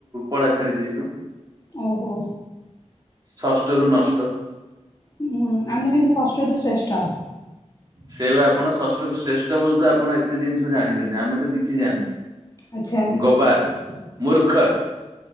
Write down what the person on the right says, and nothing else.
ପଢା ଛାଡିଦେଇଚୁ।
ଷଷ୍ଠରୁ ନଷ୍ଟ।
ସେଇ ପା ଆପଣ ଷଷ୍ଠରୁ ଶ୍ରେଷ୍ଠ ବୋଲି ତ ଆପଣ ଏତେ ଜିନଷ ଜାଣିଚନ୍ତି ଆମେ ତ କିଛି ଜାଣିନୁ।
ଗବାର୍ ମୂର୍ଖ।